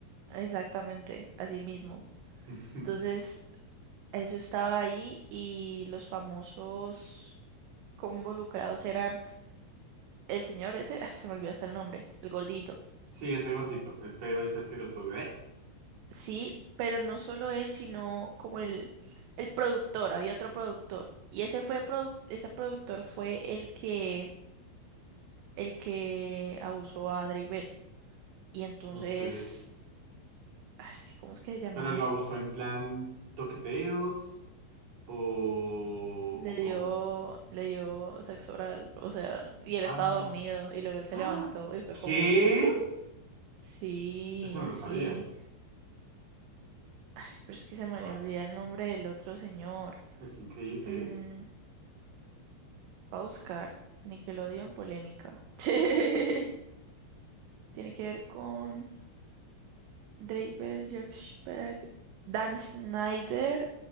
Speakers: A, on the right; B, on the right.
A: exactamente, así mismo.
B: <laughs>
A: Entonces, eso estaba ahí y los famosos. involucrados eran el señor ese, ah, se me olvidó hasta el nombre, el gordito.
B: Sí, ese gordito, el feo ese asqueroso. Bleh.
A: Sí, pero no solo él, sino como el, el productor, había otro productor. Y ese fue produc- ese productor fue el que, el que abusó a Drake Bell. Y entonces,
B: Ok.
A: ah, es que, ¿cómo es que se llamaba?
B: ¿Pero lo
A: este?
B: abusó en plan toqueteos o,
A: Le
B: o
A: dio,
B: cómo?
A: le dio sexo oral, o sea, y él
B: Ah.
A: estaba dormido, y luego él se
B: ¡Ah!
A: levantó y fue
B: ¿Qué?
A: como, sí,
B: Eso no
A: así.
B: lo sabía.
A: Ay, pero es que se me
B: Guau,
A: olvida
B: Es,
A: el nombre del otro señor.
B: es increíble,
A: Mm,
B: ¿eh?
A: va a buscar Nickelodeon polémica. <laughs> Tiene que ver con Drake Bell, Jack Speck. Dan Snyder